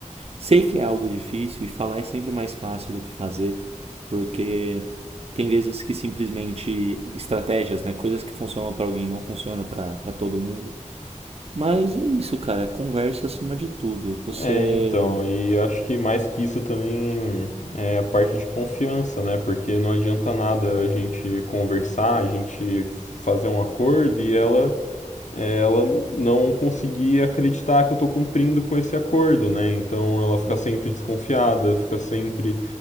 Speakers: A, on the right; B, on the left.
A: Sei que é algo difícil e falar é sempre mais fácil do que fazer, porque tem vezes que simplesmente estratégias, né, coisas que funcionam pra alguém não funcionam pra para todo mundo. Mas é isso, cara, conversa acima de tudo. Você
B: é, então, e acho que mais que isso também é a parte de confiança, né? Porque não adianta nada a gente conversar, a gente fazer um acordo e ela ela não conseguir acreditar que eu estou cumprindo com esse acordo, né? Então ela fica
A: né?
B: sempre desconfiada, fica sempre